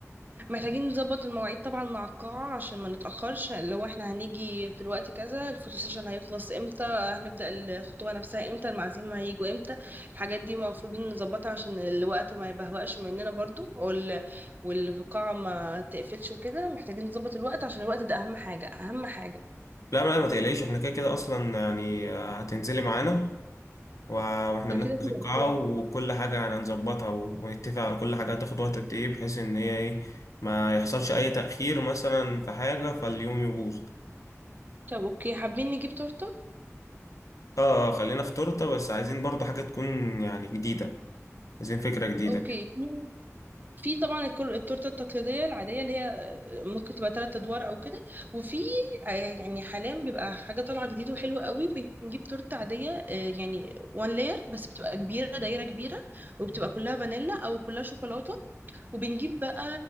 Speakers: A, on the right (about 35°); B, on the left (about 80°).
A: محتاجين نظبط المواعيد طبعا مع القاعة عشان ما نتأخرش اللي هو احنا هنيجي في الوقت كذا الفوتو سيشن هيخلص امتى هنبدأ الخطوة نفسها امتى المعازيم هيجوا امتى الحاجات دي المفروض نظبطها عشان الوقت ما يبهوأش مننا برضو وال... والقاعة ما تقفلش وكده محتاجين نظبط الوقت عشان الوقت ده أهم حاجة أهم حاجة
B: لا ما ما تقلقيش احنا كده كده اصلا يعني آه، هتنزلي معانا و- واحنا
A: ده
B: بنحجز
A: كده كده
B: القاعه
A: أوكي.
B: وكل حاجه يعني هنظبطها ونتفق على كل حاجه هتاخد وقت قد ايه بحيث ان هي ايه ما يحصلش اي تأخير مثلا في حاجه فاليوم يبوظ
A: طب اوكي حابين نجيب تورتة
B: اه آه، خلينا في تورته بس عايزين برضو حاجه تكون يعني جديده عايزين فكره جديده
A: اوكي في طبعا الكل- التورته التقليديه العاديه اللي هي آه، ممكن تبقى ثلاث ادوار او كده وفي آه، يعني حاليا بيبقى حاجه طالعه جديد وحلوه قوي بنجيب تورته عاديه آه، يعني وان لاير بس بتبقى كبيره دايره كبيره وبتبقى كلها فانيلا او كلها شوكولاته وبنجيب بقى